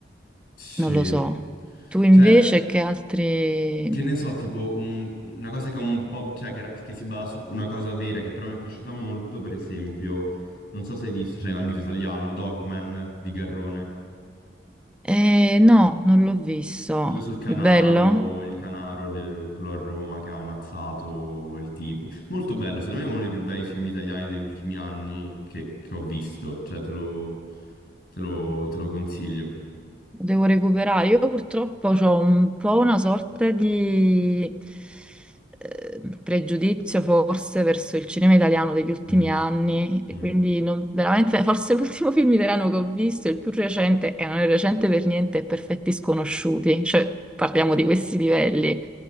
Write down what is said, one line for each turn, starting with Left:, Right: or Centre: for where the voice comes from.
Left: Sì.
Centre: non lo so. Tu invece
Left: Cioè,
Centre: che altri...
Left: Che ne so, tipo un- una cosa che è un po', cioè che, era- che si basa su una cosa vera, che però mi è piaciuta molto, per esempio, non so se hai visto, cioè in ambito italiano, Dogman di Garrone.
Centre: Eh, no, non l'ho visto.
Left: Quello sul Canaro,
Centre: È bello?
Left: il Canaro, de- quello a Roma che ha ammazzato il tipo. Molto bello, secondo me è uno dei più bei film italiani degli ultimi anni che, che ho visto, cioè te lo, te lo, te lo consiglio.
Centre: Devo recuperare. Io purtroppo ho un po' una sorta di eh, pregiudizio forse verso il cinema italiano degli ultimi
Left: Mhm,
Centre: anni
Left: mm.
Centre: e quindi non- veramente forse <laughs> l'ultimo film italiano che ho visto, il più recente, e non è recente per niente, è Perfetti Sconosciuti, cioè parliamo di questi livelli,